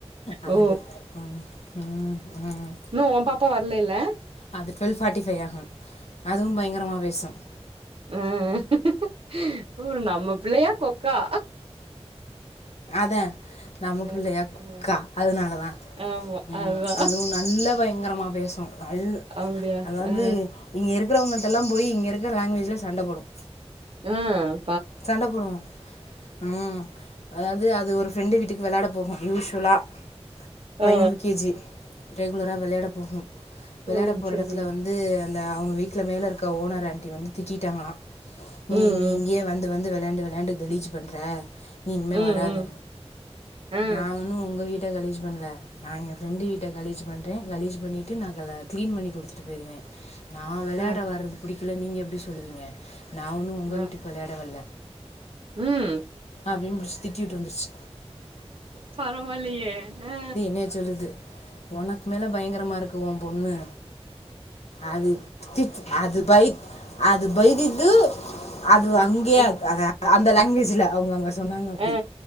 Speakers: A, on the left (about 80°); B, on the right (about 60°).
A: அழுது
B: ஓ
A: ம் ம் ம்
B: இன்னும் உ பாப்பா வரலல்ல
A: அது டுவெல் ஃபார்ட்டி ஃபைவ் ஆகும் அதுவும் பயங்கரமா பேசும்
B: ம்ம் ம்ம் ஓ நம்ம பிள்ளையா கொக்கா
A: அதா நம்ம பிள்ளையா
B: ம்
A: கொக்கா
B: ம்
A: அதனாலதான்
B: ஆமா
A: ம்
B: அதா
A: அதுவு நல்ல பயங்கரமா பேசும் நல்ல
B: அப்டியா
A: அதாவது
B: ஆ
A: இங்க இருக்கவங்கள்டல்லாம் போய் இங்க இருக்கிற லாங்குவேஜில சண்டபோடும்
B: ம்
A: சண்ட போடுவோம் ம் அதாவது அது ஒரு ஃப்ரெண்டு வீட் ட்க்கு வெளாட போகும் யூஸ்வலா இப்ப
B: ஆ ஆ
A: யூ கே ஜி ரெகுலரா வெளாட போகும் வெளையாட
B: ம்
A: போற
B: செரி
A: இடத்துல வந்து வந்து அந்த அவங்க வீட்ல மேல இருக்க ஓனர் ஆண்டி வந்து திட்டிட்டாங்கலாம் நீ
B: ம்
A: இங்கேயே வந்து வந்து வெளாண்டு வெளைண்டு கலீஜ் பண்ற நீ இன்மே
B: ம் ம்
A: வராத
B: ம் ஆ
A: நானும் உங்க வீட் டு கழிஜ் பண்ணல நா என் ஃப்ரெண்டு வீட்ட கழிஜ் பண்றேன் கழிஜ் பண்ணிட்டு நான் கல்லா கிளீன் பண்ணி குடுதுட்டு போயிருவேன் நான் வெளயாட
B: ஆ
A: வர்றது பிடிக்கல நீங்க எப்டி சொல்லுவீங்க நா ஒன்னும் உங்க
B: ஆ
A: வீட்டுக்கு வெளையாட வர்ல
B: ம்
A: அப்டின் புடிச்சு திட்டி வுட்டு வந்துருச்சு
B: பரவாலயே அ
A: நேத் சொல்லுது ஒனக்கு மேல பயங்கரமா இருக்கு உன் பொண்ணு அது திச்சு அது பய் அது பைக்குக்கு அது அங்கே
B: ம்
A: அ அந்த லங்குவேஜ்ல அவங்க அங்க சொன்னாங்க அப்டி
B: ஆ ஆ